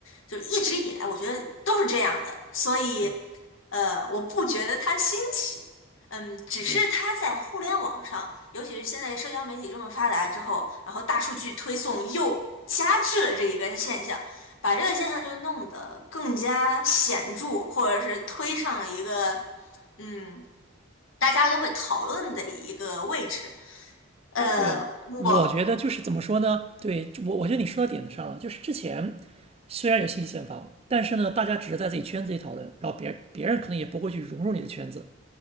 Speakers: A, on the left; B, on the right.
A: 就是一直以来我觉得都是这样的，所以。
B: 对，
A: 呃，我不觉得它新奇，嗯，只是它在互联网上，
B: 对，
A: 尤其是现在社交媒体这么发达之后，然后大数据推送又加剧了这一个现象，把这个现象就弄得更加显著，或者是推上了一个，嗯，大家都会讨论的一个位置。呃，
B: 对。
A: 我，
B: 我觉得就是怎么说呢？对我，我觉得你说到点子上了。就是之前虽然有信息茧房，但是呢，大家只是在自己圈子里讨论，然后别别人可能也不会去融入你的圈子。